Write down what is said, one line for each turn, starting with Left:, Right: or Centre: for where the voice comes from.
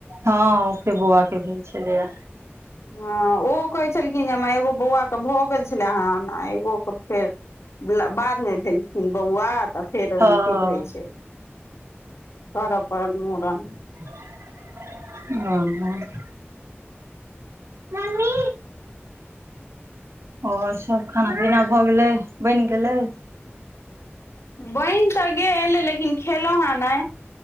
Right: हऽ ओेतै बौआ के भेल छलैया।
Left: ह ओहो कहै छलखिन जे हमा एगो बौआ के भगेल छल ह एगो के फेर बला बाद मे भेलखिन बौआ। त फेर
Right: हँ
Left: उम की कहै छै करऽ पड़ल मुड़न।
Right: ह ह। नानी और सब खाना-पीना भ गेलै बैन गेलै।
Left: बैन तऽ गेल लेकिन खेलौ हें नैय